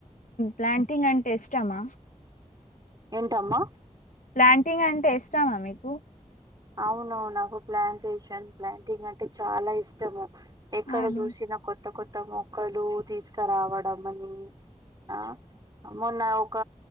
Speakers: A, on the left (about 90°); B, on the right (about 30°).
A: ప్లాంటింగ్ అంటే ఇష్టమా
B: ఏంటమ్మా
A: ప్లాంటింగ్ అంటే ఇష్టామా మీకు
B: అవును నాకు ప్లాంటేషన్ ప్లాంటింగ్ అంటే చాలా ఇష్టము ఎక్కడ
A: అవును
B: చూసిన కొత్త కొత్త మొక్కలు తీసుకురావడం అని ఆ మొన్న ఒక